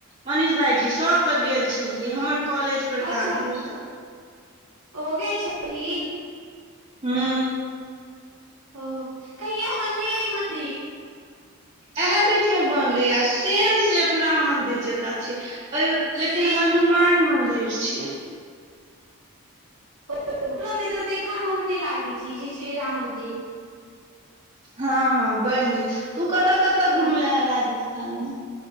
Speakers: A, on the right; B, on the right.
A: मनीष भाईजी सभ तऽ गेल छलियै हमर कॉलेज पर
B: अच्छा
A: काम रहै तऽ
B: हो गेल छैी
A: हँ
B: ओ कहिय बले आइ मन्दि
A: इएहे बीच में बनले य सेम सेफ राम मंदिर जका छै अ
B: से
A: लेकिन हनुमान मंदिर छीिय
B: ओ म तर देखयमे ओहने लागैत छै जे छै राम मन्दिर
A: हँ हँ बड़ नीक तू कतऽ कतऽ घुमले
B: हँ
A: है राजस्थान मे